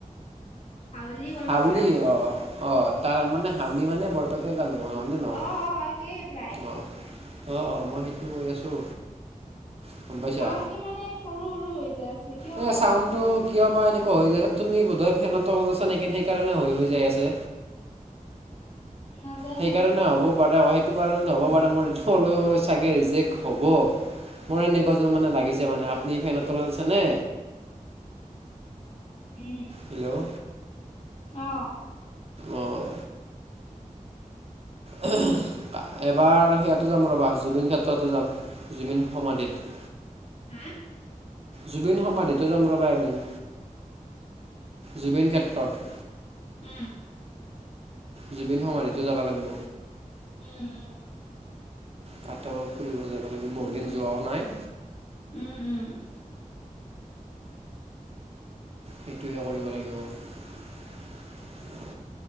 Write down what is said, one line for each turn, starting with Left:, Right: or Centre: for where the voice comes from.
Left: হাউলি বৰপেটা?
Right: হাউলি অ', অ', তাৰ মানে হাউলি মানে বৰপেটা জানো। অ', হয় নে নহয়,
Left: অ অ একেই প্ৰায়
Right: অ', অ' অ', মই সেইটো গৈ আছোঁ। গম পাইছা।
Left: <unintelligible> মানে সৰু সৰু হৈ যাই আছে কিয়
Right: এ
Left: বা।
Right: চাউণ্ডটো কিয় বা এনেকুৱা হৈ যায়, তুমি বোধহয় ফেনৰ তলত আছা নেকি, নে সেইকাৰণে হৈ হৈ যাই আছে।
Left: নাজানো
Right: সেইকাৰণে হ'ব পাৰে অ', সেইটো কাৰণত হ'ব পাৰে, মোৰ হ'লেও চাগে ৰিজেক্ট হ'ব। মোৰ এনেকুৱা যেন মানে লাগিছে মানে, আপুনি ফেনৰ তলত আছে নে
Left: উম
Right: হেল্ল'
Left: অ'।
Right: অঁ উম এইবাৰ সেইয়াটো যাম ৰ'বা, জুবিন ক্ষেত্ৰতো যাম, জুবিন সমাধিত।
Left: হা
Right: জুবিন সমাধিত যাম ৰবা এদিন। জুবিন ক্ষেত্ৰত
Left: উম।
Right: জুবিন সমাধিতো যাব লাগিব।
Left: উম। উম।
Right: তাতো ফুৰিব যাব লাগিব, বহুতদিন যোৱাও নাই।
Left: উম। উম।
Right: সেইটোৱে কৰিব লাগিব। উ